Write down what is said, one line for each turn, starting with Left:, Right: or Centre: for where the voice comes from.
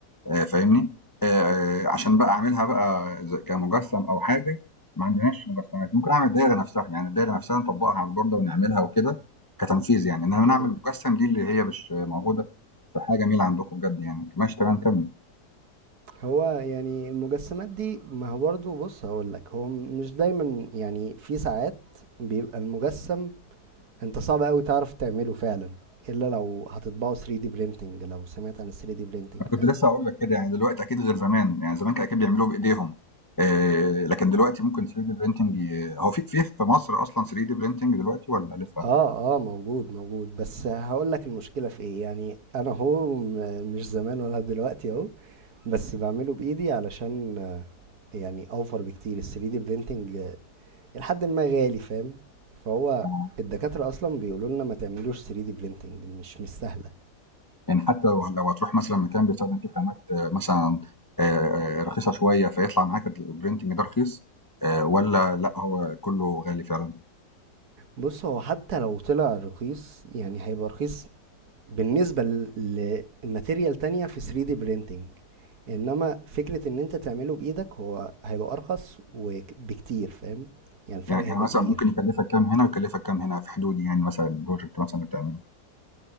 Left: آآ فاهمني؟ آآ عشان بقى أعملها بقى ز كمجسّم أو حاجة ما عندناش مجسّمات، ممكن أعمل دايرة نفسها، يعني الدايرة نفسها نطبّقها على البوردة ونعملها وكده كتنفيذ يعني، إنّما نعمل
Right: مم.
Left: مجسّم دي اللي هي مش موجودة، فحاجة جميلة عندكم بجد يعني. ماشي تمام كمّل.
Right: هو يعني المجسمات دي ما هو برضه بص هقولك هو مش دايما يعني في ساعات بيبقى المجسم انت صعب قوي تعرف تعمله فعلا الا لو هتطبعه 3D printing لو سمعت عن ال 3D printing
Left: أنا كنت
Right: فاهم
Left: لسّه هاقول لك كده يعني دلوقتي أكيد غير زمان، يعني زمان كان أكيد بيعملوه بإيديهم آآ لكن دلوقتي ممكن 3D printing ي هو في في في مصر أصلًا 3D printing دلوقتي والّا لسه؟
Right: اه اه موجود موجود بس هقولك المشكلة في ايه يعني انا هو م- مش زمان ولا دلوقتي اهو بس بعمله بايدي علشان آه، يعني اوفر بكتير ال 3D printing آه، لحد ما غالي فاهم فهو
Left: آه.
Right: الدكاترة اصلا بيقولوا لنا ما تعملوش 3D printing مش مش سهلة
Left: يعني حتى لو لو هتروح مثلًا مكان بيستخدم فيه خامات آه، مثلًا آآ رخيصة شوية، فيطلع معاك الprinting ده رخيص آآ والّا لأ هو كُلّه غالي فعلًا؟
Right: بص هو حتى لو طلع رخيص يعني هيبقى رخيص بالنسبة ل- لماتيريال تانية في 3D printing انما فكرة ان انت تعمله بايدك هو هيبقى ارخص وك- بكتير فاهم يعني الفرق
Left: يعني
Right: هيبقى
Left: يعني مثلًا
Right: كبير
Left: ممكن يكلّفك كام هنا ويكلّفك كام هنا في حدود يعني مثلًا الproject مثلًا اللي بتعمله؟